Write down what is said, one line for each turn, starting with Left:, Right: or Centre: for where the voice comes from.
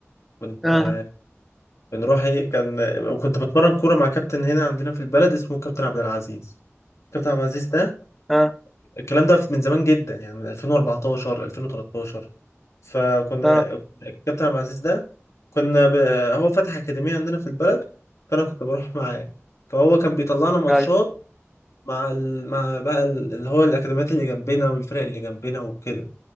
Left: كنت
Centre: اه
Left: آه، بنروح ايه كان كنت بتمرن كوره مع كابتن هنا عندنا في البلد اسمه كابتن عبد العزيز كابتن عبد العزيز ده
Centre: اه
Left: الكلام ده من زمان جدا يعني من 2014 2013 فكنا
Centre: اه
Left: الكابتن عبد العزيز ده كنا ب... هو فتح أكاديمية عندنا في البلد فأنا كنت بروح معاه فهو كان بيطلعنا ماتشات
Centre: ايوه
Left: مع ال... مع بقى ال- اللي هو الأكاديميات اللي جنبنا والفرق اللي جنبنا وكده